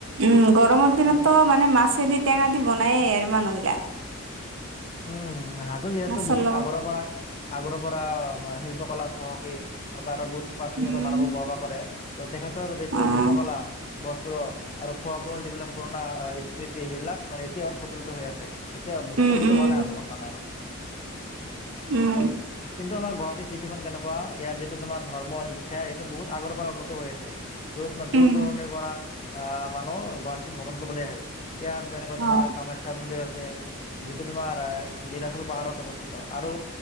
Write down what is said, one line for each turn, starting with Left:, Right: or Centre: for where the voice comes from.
Right: উম গৰমৰ দিনততো
Left: জানো
Right: মানে মছে দি টেঙা দি বনায়েই আৰু মানুহবিলাক
Left: উম <unintelligible> যিহেতু
Right: মাছৰ
Left: বহুত
Right: লগত,
Left: আগৰ পৰা আগৰ পৰা মানে শিল্প কলাত চহকী <unintelligible> প্ৰাচীন
Right: উম,
Left: মানুহবোৰ বহবাহ কৰে ত তেখেতৰ যটো
Right: অ',
Left: শিল্প কলা, বস্ত্ৰ আৰু খোৱা বোৱাৰ যিবিলাক পুৰণা স্মৃতি, সেইবিলাক মানে এতিয়াও <unintelligible> হৈ আছে। এতিয়া বহুত
Right: উম,
Left: উন্নত
Right: উম,
Left: হোৱা নাই <unintelligible>
Right: উম।
Left: কিন্তু আমাৰ গুৱাহাটী চিটিখন কেনেকুৱা, ইয়াত যিটো তোমাৰ ধৰ্ম শিক্ষা এইটো বহুত আগৰ পৰা <unintelligible> হৈ আছে। য'ত <unintelligible> দূৰ-দূৰণিৰ
Right: উম,
Left: পৰা আহ মানুহ গুৱাহাটীত ভ্ৰমণ কৰিবলৈ আহে। ইয়াত তেনেকুৱা তোমাৰ
Right: অ',
Left: কামাখ্যা মন্দিৰ আছে। <unintelligible> তোমাৰ এ নীলাচল পাহাৰত অৱস্থিত আৰু